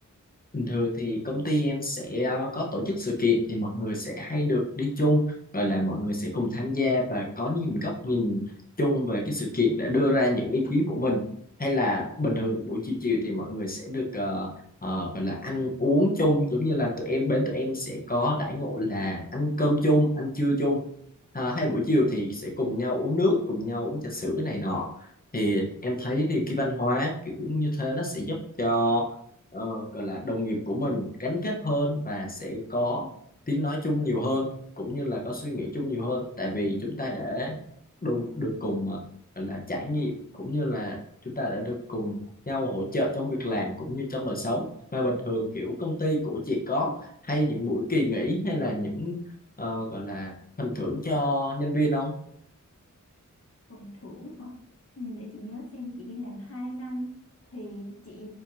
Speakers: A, on the left; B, on the left.
A: Bình thường thì công ty em sẽ ờ, có tổ chức sự kiện thì mọi người sẽ hay được đi chung và là mọi người sẽ cùng tham gia và có những góc nhìn chung về cái sự kiện để đưa ra những ý kiến của mình hay là bình thường buổi chiều chiều thì mọi người sẽ được ờ, ờ, gọi là ăn uống chung giống như là tụi em bên tụi em sẽ có đãi ngộ là ăn cơm chung ăn trưa chung à, hay buổi chiều thì sẽ cùng nhau uống nước cùng nhau uống trà sữa này nọ thì em thấy thì cái văn hóa kiểu như thế nó sẽ giúp cho ờ, gọi là đồng nghiệp của mình gắn kết hơn và sẽ có tiếng nói chung nhiều hơn cũng như là có suy nghĩ chung nhiều hơn tại vì chúng ta đã đồng, được cùng ờ, gọi là trải nghiệm cũng như là chúng ta đã được cùng nhau hỗ trợ trong việc làm cũng như trong đời sống và bình thường kiểu công ty của chị có hay những buổi kỳ nghỉ hay là những ờ, gọi là phần thưởng cho nhân viên không?
B: phần thưởng hả ừ, để chị nhớ xem chị đi làm 2 năm thì chị